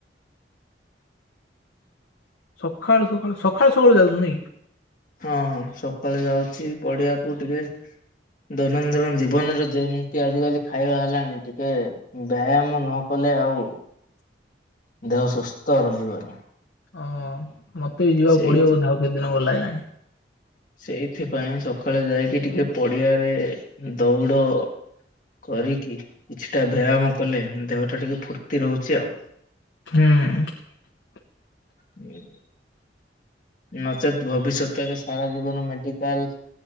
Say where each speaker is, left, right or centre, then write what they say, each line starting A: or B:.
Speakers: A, on the left; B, on the left.
A: ସକାଳୁ ସକାଳୁ ସକାଳୁ ସକାଳୁ ଯାଉଛ ନାଁଇକି।
B: ହଁ ସକାଳେ ଯାଉଛି ପଡିଆକୁ ଟିକେ। ଦୈନନ୍ଦିନ ଜୀବନରେ ଯେମତି ଆଜିକାଲି ଖାଇବା ହେଲାଣି ଟିକେ ବ୍ୟାୟାମ ନ କଲେ ଆଉ
A: <inaudible>
B: ଦେହ ସୁସ୍ଥ ରହିବନି।
A: ଓଁ ମତେ ବି ଯିବାକୁ
B: ସେଇ
A: ପଡିବ ବୋଧ ଆଉ କେତେ ଦିନଙ୍କ ଲାଗିଲାଣି।
B: ସେଇଥିପାଇଁ ସକାଳେ ଯାଇକି ଟିକେ ପଡ଼ିଆରେ ଦୌଡ଼ କରିକି କିଛିଟା ବ୍ୟାୟାମ କଲେ ଦେହ ଟା ଟିକେ ଫୁର୍ତ୍ତି ରହୁଛି ଆଉ।
A: ହୁଁ।
B: ହୁଁ। ନଚେତ୍ ଭବିଷ୍ୟତରେ ସାରା ଜୀବନ ମେଡ଼ିକାଲ